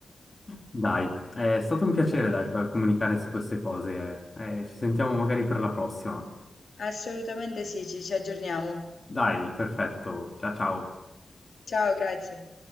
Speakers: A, on the left (about 25°); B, on the left (about 60°).
A: dai, è stato un piacere
B: Va bene.
A: dai, per comunicare su queste cose. eh. Eh, ci sentiamo magari per la prossima.
B: Assolutamente sì, ci ci aggiorniamo.
A: Dai, perfetto, ciao ciao.
B: Ciao, grazie.